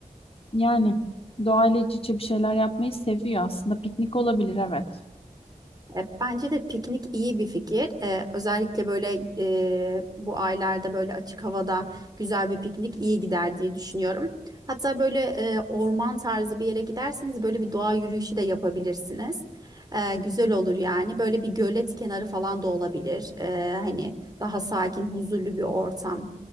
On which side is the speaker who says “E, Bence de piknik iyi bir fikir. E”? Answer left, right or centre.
Right